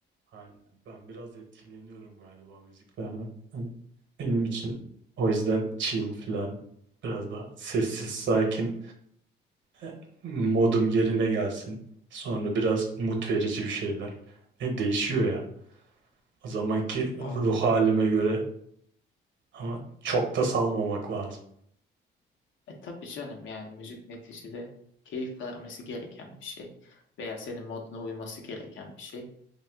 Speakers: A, on the right; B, on the left.
A: Aynen. Ben biraz etkileniyorum galiba müziklerden. Hani benim
B: Hmm.
A: için o yüzden chill falan biraz daha sessiz, sakin e, modum yerine gelsin. Sonra biraz umut verici bir şeyler. Ne değişiyor
B: Hı hı.
A: ya. O zamanki ruh
B: Anladım.
A: halime göre ama çok da salmamak lazım.
B: E tabii canım yani müzik neticede keyif vermesi gereken bir şey veya senin moduna uyması gereken bir şey.